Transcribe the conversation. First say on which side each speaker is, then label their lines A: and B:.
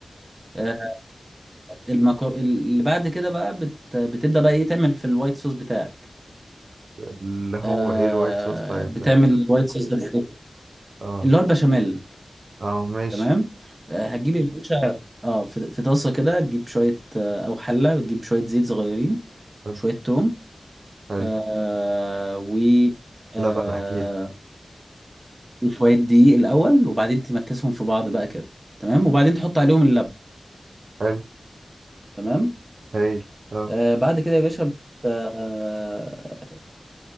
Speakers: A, on the right (about 30°); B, on the right (about 80°).
A: آه، المكر... اللي بعد كده بقى بت... بتبدأ بقى ايه تعمل في الوايت صوص بتاعك
B: اللي هو
A: آه...
B: ايه الوايت صوص طيب
A: بتعمل
B: ده
A: الوايت صوص ده بإيه؟
B: اه
A: اللي هو البشاميل
B: اه ماشي
A: تمام آه هتجيب يا باشا اه في, في طاسة كده تجيب شوية آه او حلة وتجيب شوية زيت صغيرين
B: حلو
A: وشوية توم
B: حلو
A: آه... و آه...
B: لبن اكيد
A: وشوية دقيق الأول وبعدين تمكسهم في بعض بقى كده تمام وبعدين تحط عليهم اللبن
B: حلو
A: تمام
B: هايل اه
A: آه بعد كده يا باشا بت... آه